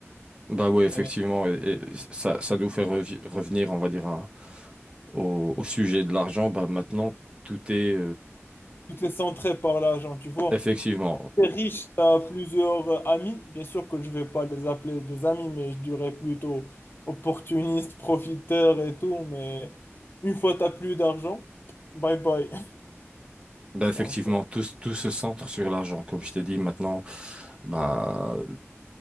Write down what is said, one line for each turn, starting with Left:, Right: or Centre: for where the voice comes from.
Right: bah ouais, effectivement,
Left: Et
Right: et- et ça, ça nous fait revi- revenir, on va dire, à- au, au sujet de l'argent, bah maintenant, tout est,
Left: tout est centré par l'argent, tu vois.
Right: Effectivement.
Left: T'es riche, tu as plusieurs euh, amis. Bien sûr que je vais pas les appeler des amis, mais je dirais plutôt opportuniste, profiteur et tout. Mais une fois que tu plus d'argent, bye bye. <laughs>
Right: Ben effectivement,
Left: Donc, euh,
Right: tout, s- tout se centre sur l'argent. Comme je t'ai dit maintenant, bah,